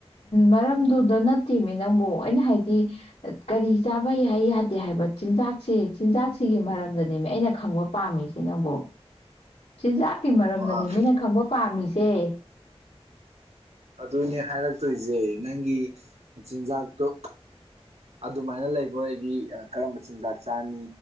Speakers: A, on the left (about 85°); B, on the right (about 85°).
A: ꯃꯔꯝꯗꯨꯗ ꯅꯠꯇꯦꯅꯦ ꯅꯪꯕꯨ ꯑꯩꯅ ꯍꯥꯏꯗꯤ ꯀꯔꯤ ꯆꯥꯕꯩ ꯍꯥꯏ ꯌꯥꯗꯦ ꯍꯥꯏꯕ ꯆꯤꯟꯖꯥꯛꯁꯦ ꯆꯤꯟꯖꯥꯛꯁꯤꯒꯤ ꯃꯔꯝꯗꯅꯦꯃꯤ ꯑꯩꯅ ꯈꯪꯕ ꯄꯥꯝꯃꯤꯁꯦ ꯅꯪꯕꯣ ꯁꯤꯖ ꯃꯔꯝꯗꯅꯤ
B: ꯑꯣ
A: ꯃꯤꯅ ꯈꯪꯕ ꯄꯥꯝꯁꯦ
B: ꯑꯗꯨꯅꯦ ꯍꯥꯏꯔ ꯆꯠꯇꯣꯏꯁꯦ ꯅꯪꯒꯤ ꯆꯤꯟꯖꯥꯛꯇꯣ ꯑꯗꯨꯃꯥꯏꯅ ꯂꯩꯕ ꯑꯣꯏꯗꯤ ꯀꯔꯝꯕ ꯆꯤꯟꯖꯥꯛ ꯆꯥꯅꯤ